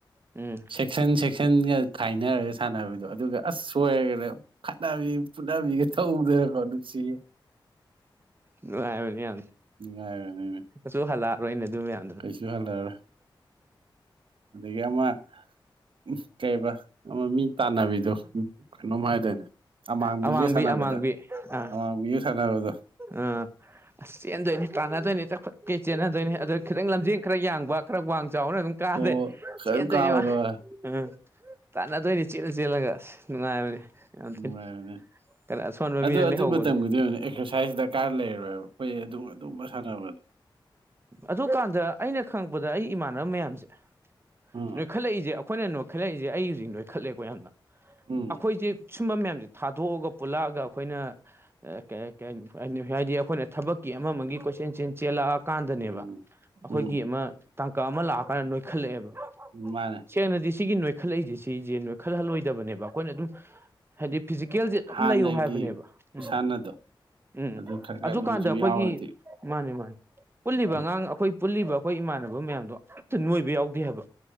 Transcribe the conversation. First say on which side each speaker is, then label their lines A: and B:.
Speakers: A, on the right; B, on the right.
A: ꯎꯝ
B: ꯁꯦꯛꯁꯟ ꯁꯦꯛꯁꯟꯒ ꯈꯥꯏꯅꯔꯒ ꯁꯥꯟꯅꯕꯗꯣ ꯑꯗꯨꯒ ꯑꯁ ꯁꯣꯏꯔꯒꯅ ꯈꯠꯅꯕꯤ ꯐꯨꯅꯕꯤꯒ ꯇꯧꯗꯅꯀꯣ ꯅꯨꯡꯁꯤꯌꯦ
A: ꯅꯨꯡꯉꯥꯏꯕꯅꯤ ꯌꯥꯝ
B: ꯅꯨꯉꯥꯏꯕꯅꯤꯅꯦ
A: ꯀꯩꯁꯨ ꯍꯜꯂꯛꯑꯔꯣꯏꯅꯦ ꯑꯗꯨ ꯃꯌꯥꯝ
B: ꯀꯩꯁꯨ ꯍꯜꯂꯑꯔꯣꯏ ꯑꯗꯒꯤ ꯑꯃ ꯎ ꯀꯩꯕ ꯑꯃ ꯃꯤ ꯇꯥꯟꯅꯕꯤꯗꯣ ꯀꯩꯅꯣꯝ ꯍꯥꯏꯗꯥꯏꯅꯦ ꯑꯃꯥꯡꯕꯤꯒ
A: ꯑꯃꯥꯡꯕꯤ
B: ꯁꯥꯟꯅꯕꯗꯣ
A: ꯑꯃꯥꯡꯕꯤ ꯑꯥ
B: ꯑꯃꯥꯡꯕꯤꯒ ꯁꯥꯟꯅꯕꯗꯣ
A: ꯑꯥ ꯑꯁ ꯆꯦꯟꯗꯣꯏꯅꯤ ꯇꯥꯟꯅꯗꯣꯏꯅꯤ ꯍꯦꯠꯇ ꯈꯨꯠꯀꯩ ꯆꯦꯟꯅꯗꯣꯏꯅꯤ ꯑꯗꯨ ꯈꯤꯇꯪ ꯂꯝꯖꯦꯟ ꯈꯔ ꯌꯥꯡꯕ ꯈꯔ ꯋꯥꯡ ꯆꯥꯎꯕꯅ ꯑꯗꯨꯝ ꯀꯥꯔꯦ
B: ꯑꯣ ꯀꯔꯤꯝ
A: ꯆꯦꯟꯗꯣꯏꯅꯦ
B: ꯀꯥꯕꯗꯣ
A: ꯃꯥ
B: ꯑꯁ
A: ꯎꯝ ꯇꯥꯟꯅꯗꯣꯏꯅꯤ ꯆꯦꯜꯂ ꯆꯦꯜꯂꯒ ꯅꯨꯡꯉꯥꯏꯕꯅꯦ ꯌꯥꯝ
B: ꯅꯨꯡꯉꯥꯏꯕꯅꯦ
A: ꯊꯤꯅ ꯈꯔ ꯑꯁꯣꯟꯕ
B: ꯑꯗꯨ
A: ꯃꯤꯅ
B: ꯑꯗꯨꯏ
A: ꯂꯩꯍꯧꯕꯗꯣ
B: ꯃꯇꯝꯒꯤꯗꯤ ꯑꯣꯏꯅ ꯑꯦꯛꯁꯔꯁꯥꯏꯁ ꯗꯔꯀꯥꯔ ꯂꯩꯔꯣꯏꯕ ꯑꯩꯈꯣꯏ ꯑꯗꯨ ꯑꯗꯨꯝꯕ ꯁꯥꯟꯅꯕꯗ
A: ꯑꯗꯨꯀꯥꯟꯗ ꯑꯩꯅ ꯈꯪꯉꯛꯄꯗ ꯑꯩ ꯏꯃꯥꯟꯅꯕ ꯃꯌꯥꯝꯁꯦ
B: ꯎꯝ
A: ꯅꯣꯏꯈꯠꯂꯛꯏꯖꯦ ꯑꯩꯈꯣꯏꯅ ꯅꯣꯏ ꯈꯠꯂꯛꯏꯖꯦ ꯑꯩ ꯍꯧꯖꯤꯛ ꯅꯣꯏ ꯈꯜꯂꯦꯀꯣ ꯌꯥꯝꯅ
B: ꯎꯝ
A: ꯑꯩꯈꯣꯏꯖꯦ ꯁꯨꯝꯕ ꯃꯌꯥꯝꯖꯦ ꯊꯥꯗꯣꯛꯑꯒ ꯄꯨꯜꯂꯛꯑꯒ ꯑꯩꯈꯣꯏꯅ ꯑꯥ ꯀꯩ ꯀꯩ ꯍꯥꯏꯅꯤ <unintelligible> ꯍꯥꯏꯗꯤ ꯑꯩꯈꯣꯏꯅ ꯊꯕꯛꯀꯤ ꯑꯃ ꯃꯥꯒꯤ ꯀꯣꯏꯆꯦꯟ ꯆꯦꯟ ꯆꯦꯜꯂꯛꯑꯀꯥꯟꯗꯅꯦꯕ
B: ꯎꯝ
A: ꯑꯩꯈꯣꯏꯒꯤ
B: ꯎꯝ
A: ꯑꯃ ꯇꯥꯡꯀꯛ ꯑꯃ ꯂꯥꯛꯑꯀꯥꯟꯗ ꯅꯣꯏꯈꯠꯂꯛꯑꯦꯕ
B: ꯎꯝ ꯃꯥꯅꯦ
A: ꯁꯦꯡꯅꯗꯤ ꯁꯤꯒꯤ ꯅꯣꯏꯈꯠꯂꯛꯏꯖꯦ ꯁꯤꯖꯦ ꯅꯣꯏꯈꯠꯍꯜꯂꯣꯏꯗꯕꯅꯦꯕ ꯑꯩꯈꯣꯏꯅ ꯑꯗꯨꯝ ꯍꯥꯏꯗꯤ ꯐꯤꯖꯤꯀꯦꯜꯖꯦ ꯑꯗꯨꯝ
B: ꯍꯥꯟꯅꯒꯤ
A: ꯂꯩꯌꯣ ꯍꯥꯏꯕꯅꯦꯕ
B: ꯈꯨꯁꯥꯟꯅꯗꯣ
A: ꯎꯝ ꯎꯝ
B: ꯑꯗꯨ ꯈꯔ ꯈꯔꯗ
A: ꯑꯗꯨꯀꯥꯟꯗ
B: ꯑꯣꯏꯁꯨ
A: ꯑꯈꯣꯏꯒꯤ
B: ꯌꯥꯎꯔꯗꯤ
A: ꯃꯥꯅꯤ ꯃꯥꯅꯤ ꯄꯨꯜꯂꯤꯕ
B: ꯎꯝ
A: ꯑꯉꯥꯡ ꯑꯩꯈꯣꯏ ꯄꯨꯜꯂꯤꯕ ꯑꯩꯈꯣꯏ ꯏꯃꯥꯟꯅꯕ ꯃꯌꯥꯝꯗꯣ ꯑꯝꯇ ꯅꯣꯏꯕ ꯌꯥꯎꯗꯦ ꯍꯥꯏꯕ